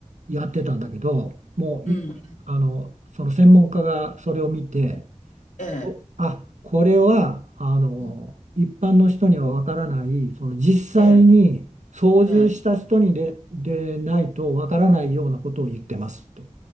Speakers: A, on the right; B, on the left.
A: やってたんだけど、もうい、
B: うん、
A: あの、その専門家がそれを見て、
B: ええ、
A: こ、あ、これは、あの、
B: うん、
A: 一般の人にはわからない、その実際に操縦した人にで、
B: ええ、え
A: でないとわからないようなことを言ってますって、